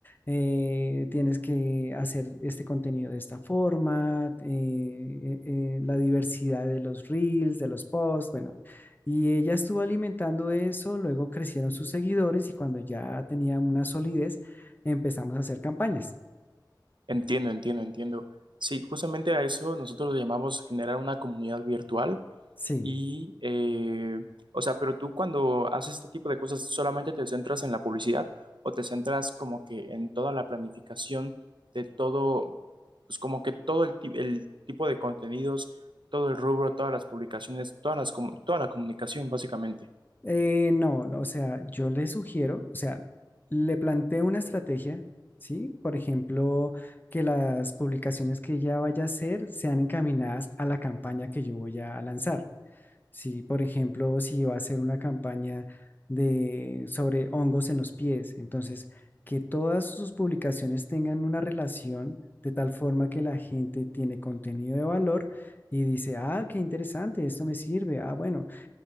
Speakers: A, on the left; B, on the right.
A: eh, tienes que hacer este contenido de esta forma, eh, eh, eh, la diversidad de los reels, de los posts, bueno. Y ella estuvo alimentando eso, luego crecieron sus seguidores y cuando ya tenía una solidez, empezamos a hacer campañas.
B: Entiendo, entiendo, entiendo. Sí, justamente a eso nosotros le llamamos generar una comunidad virtual
A: Sí,
B: Y, eh, o sea, pero tú cuando haces este tipo de cosas, ¿solamente te centras en la publicidad o te centras como que en toda la planificación de todo, pues como que todo el, ti- el tipo de contenidos, todo el rubro, todas las publicaciones, todas las, comu- toda la comunicación, básicamente?
A: Eh, no, no, o sea, yo le sugiero, o sea, le planteo una estrategia, ¿sí? Por ejemplo, que las publicaciones que ella vaya a hacer sean encaminadas a la campaña que yo voy a lanzar. Sí, por ejemplo, si va a hacer una campaña de, sobre hongos en los pies, entonces que todas sus publicaciones tengan una relación de tal forma que la gente tiene contenido de valor y dice, ah, qué interesante, esto me sirve, ah, bueno,